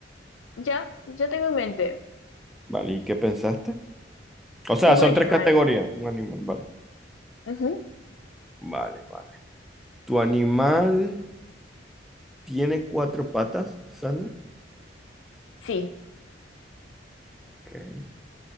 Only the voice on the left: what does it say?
ya, ya tengo en mente
un
animal.
Ujú,
Sí,